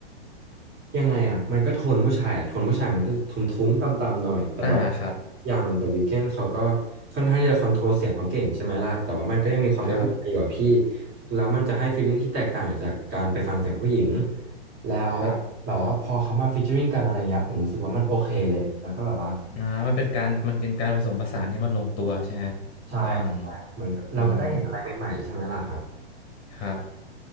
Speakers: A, on the right; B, on the left.
A: ยังไงอ่ะมันก็โทนผู้ชายอ่ะโทนผู้ชายมันก็ทุ้มๆต่ำๆหน่อย แต่แบบ
B: อ่าครับ
A: อย่าง The Weeknd เขาก็ค่อนข้างที่จะคอนโทรลเสียงเขาเก่งใช่ไหมล่ะ แต่ว่ามันก็ยังมีความเป็นผู้ชายอยู่อะพี่
B: ครับ
A: แล้วมันจะให้ฟีลลิ่งที่แตกต่างจากการไปฟังเสียงผู้หญิง แล้วแบบว่าพอเขามาฟีเจอริงกันอะไรเงี้ยผมรู้สึกว่ามันโอเคเลยแล้วก็แบบว่า
B: ครับ อ่ามันเป็นการมันเป็นการผสมผสานที่มันลงตัวใช่ไหม
A: ใช่ครับเหมือนเราก็ได้เห็นอะไรใหม่ๆใช่ไหมล่ะครับ
B: ระหว่างอืมครับ